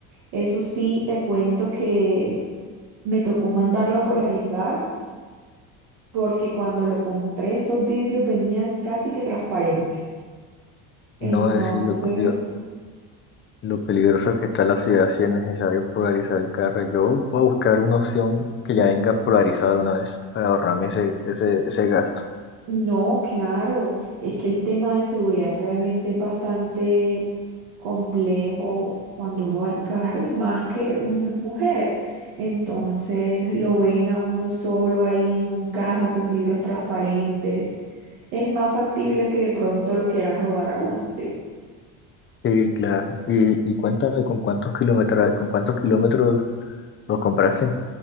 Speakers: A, on the right; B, on the left.
A: Eso sí, te cuento que Me tocó mandarlo a polarizar porque cuando lo compré esos vidrios venían casi que transparentes. Entonces,
B: No es decir lo, lo- lo peligroso que está la ciudad si es necesario polarizar el carro. Yo voy a buscar una opción que ya venga polarizada de una vez para ahorrarme ese, ese, ese gasto.
A: no, claro, es que el tema de seguridad realmente es bastante complejo cuando uno va en carro y más que uno es mujer. Entonces, lo ven a uno solo ahí en un carro con vidrios transparentes. Es más factible que de pronto lo quieran robar a uno, ¿sí?
B: Sí, claro. Y, y cuéntame con cuántos kilómetros, con cuántos kilómetros lo compraste.